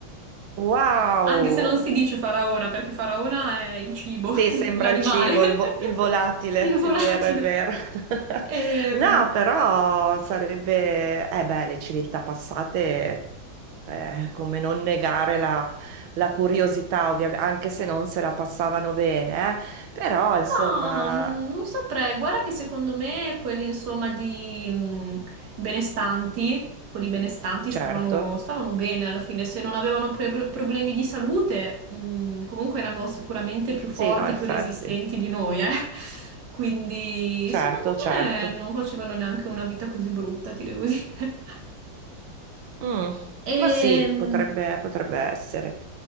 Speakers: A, on the right; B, on the right.
A: Wow,
B: Anche se non si dice faraona, perché faraona è il cibo,
A: Sì, sembra
B: <laughs> l'animale,
A: il cibo,
B: <laughs>
A: il, vo- il volatile,
B: il volatile.
A: è vero, è vero. <laughs>
B: Ehm,
A: No, però sarebbe, eh beh, le civiltà passate, eh, come non negare la, la curiosità, ovviamente, anche se non se la passavano bene, eh. Però, insomma,
B: ma mm, non saprei, guarda che secondo me quelli insomma di mm, benestanti, quelli benestanti
A: certo,
B: stavano, stavano bene alla fine, se non avevano pre- problemi di salute, mm, comunque erano sicuramente più forti,
A: sì, no, effetti,
B: più resistenti di noi, eh. Quindi
A: certo,
B: secondo
A: certo.
B: me non facevano neanche una vita così brutta, ti devo dire.
A: Mm,
B: E
A: Ma sì,
B: mh,
A: potrebbe, potrebbe essere.